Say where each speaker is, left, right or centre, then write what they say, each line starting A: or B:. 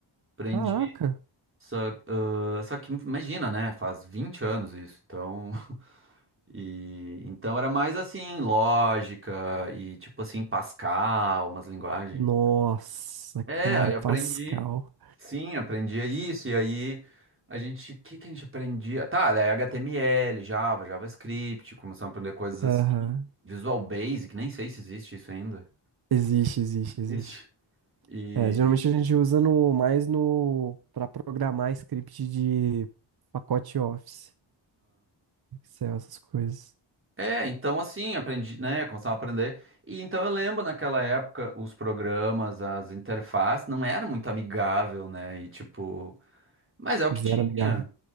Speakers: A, on the right; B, on the right.
A: aprendi
B: Caraca!
A: Só, ah, só que imagina, né? Faz 20 anos isso, então. <laughs> E então era mais assim, lógica e tipo assim, Pascal, umas linguagens.
B: Nossa,
A: É,
B: cara,
A: aí aprendi.
B: Pascal.
A: Sim, aprendia isso, e aí a gente, o que que a gente aprendia? Tá, daí HTML, Java, JavaScript, começamos a aprender coisas assim,
B: Aham.
A: Visual Basic, nem sei se existe isso ainda.
B: Existe, existe, existe.
A: Existe. E,
B: É, geralmente a gente usa no, mais no, para programar script de pacote Office, Excel, essas coisas.
A: É, então assim, aprendi, né, começava a aprender. E então eu lembro naquela época os programas, as interfaces não era muito amigável, né? E tipo, mas é o que
B: Zero
A: tinha.
B: amigável.